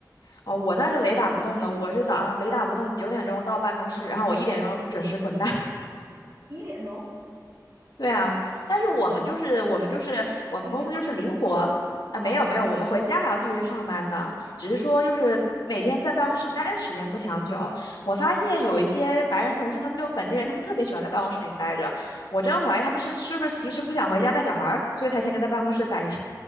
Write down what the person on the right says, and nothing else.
一点钟
你是半天呢？哦
哦。